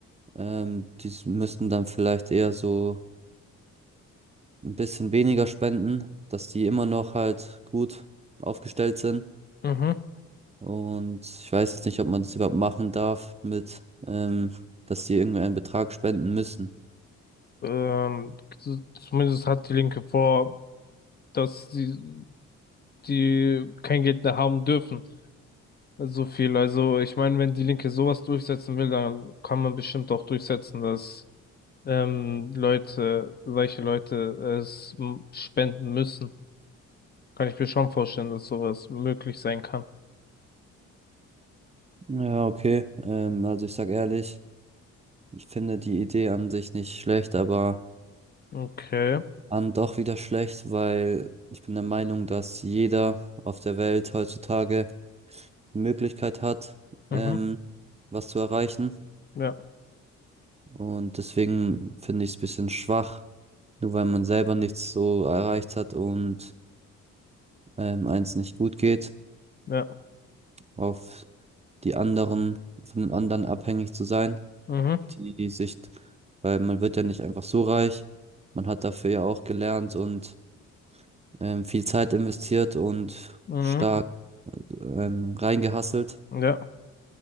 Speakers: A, on the right; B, on the left.
A: Ähm, die s- müssten dann vielleicht eher so ein bisschen weniger spenden, dass die immer noch halt gut aufgestellt sind.
B: Mhm.
A: Und ich weiß jetzt nicht, ob man das überhaupt machen darf mit, ähm, dass die irgendeinen Betrag spenden müssen.
B: Ähm, z- zumindest hat die Linke vor, dass sie die kein Geld mehr haben dürfen. So viel. Also ich meine, wenn die Linke sowas durchsetzen will, dann kann man bestimmt auch durchsetzen, dass ähm, Leute, reiche Leute es m- spenden müssen. Kann ich mir schon vorstellen, dass sowas möglich sein kann.
A: Ja, okay. Ähm, also ich sag ehrlich, ich finde die Idee an sich nicht schlecht, aber
B: Okay.
A: an doch wieder schlecht, weil ich bin der Meinung, dass jeder auf der Welt heutzutage die Möglichkeit hat, ähm,
B: Mhm.
A: was zu erreichen.
B: Ja.
A: Und deswegen finde ich es ein bisschen schwach, nur weil man selber nichts so erreicht hat und ähm, eins nicht gut geht,
B: Ja.
A: auf die anderen, von den anderen abhängig zu sein,
B: Mhm.
A: die sich, weil man wird ja nicht einfach so reich, man hat dafür ja auch gelernt und ähm, viel Zeit investiert und
B: Mhm.
A: stark ähm, reingehasselt.
B: Ja.